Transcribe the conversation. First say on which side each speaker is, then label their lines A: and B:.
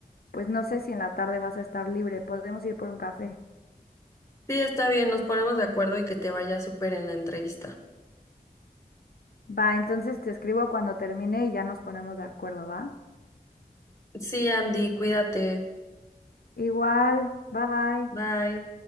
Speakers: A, on the left (about 70°); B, on the left (about 20°).
A: pues no sé si en la tarde vas a estar libre, podemos ir por un café.
B: Sí, está bien, nos ponemos de acuerdo y que te vaya súper en la entrevista.
A: Va, entonces te escribo cuando termine y ya nos ponemos de acuerdo, ¿va?
B: Sí, Andy, cuídate.
A: Igual, bye bye.
B: Bye.